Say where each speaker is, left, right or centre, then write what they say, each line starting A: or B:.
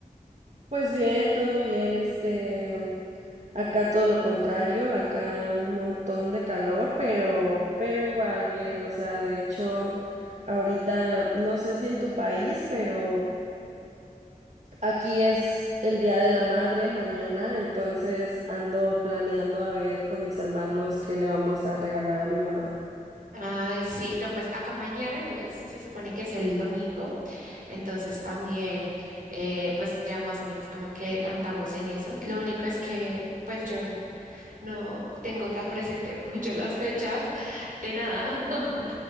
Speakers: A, on the right; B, on the right.
A: Pues bien, todo bien. Este, mm, acá todo lo contrario, acá un montón de calor, pero, pero igual bien. O sea, de hecho, ahorita no sé si en tu país, pero aquí es el Día de la Madre mañana, entonces ando planeando a ver con mis hermanos qué le vamos a regalar a mi mamá.
B: Ay, sí, no, pues acá mañana no es, se supone que es el domingo, entonces también, eh, pues ya más o menos como que andamos en eso. Lo único es que, pues yo No tengo tan presente <laughs> mucho las fechas de nada. <laughs>